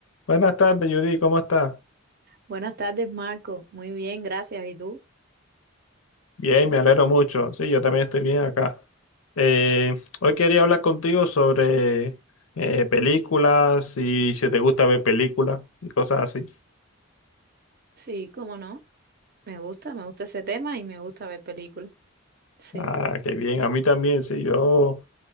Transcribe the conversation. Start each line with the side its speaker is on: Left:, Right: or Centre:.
Left: Buenas tardes, Judy, ¿cómo estás?
Right: Buenas tardes, Marco. Muy bien, gracias. ¿Y tú?
Left: Bien, me alegro mucho. Sí, yo también estoy bien acá. Eh, hoy quería hablar contigo sobre eh, películas y si te gusta ver películas y cosas así.
Right: Sí, cómo no. Me gusta, me gusta ese tema y me gusta ver películas. Sí.
Left: Ah, qué bien, a mí también, sí, yo